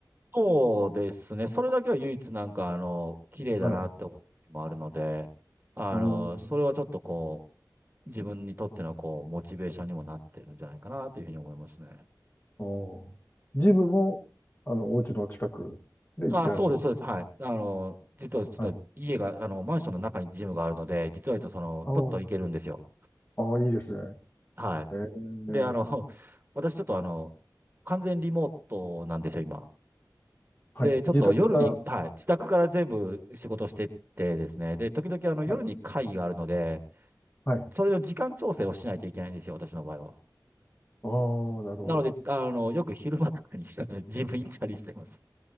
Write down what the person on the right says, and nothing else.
そうですね。それだけは唯一なんか、あの、綺麗だなって思う時もあるので、
あの、
それはちょっとこう、自分にとってのこう、モチベーションにもなってるんじゃないかなというふうに思いますね。
あ、そうです、そうです。はい。あの、実はちょっと家が、
あの、マンションの中にジムがあるので、実は言うとその、
パッと行けるんですよ。
はい。
で、あの、<laughs> 私ちょっとあの、完全リモートなんですよ、今。
で、ちょっと夜に、
はい、自宅から全部仕事してってですね、
で、時々あの夜に会議があるので、
それの時間調整をしないといけないんですよ、私の場合は。
なので、あの、よく昼間とかにして <laughs> ジム行ったりしてます。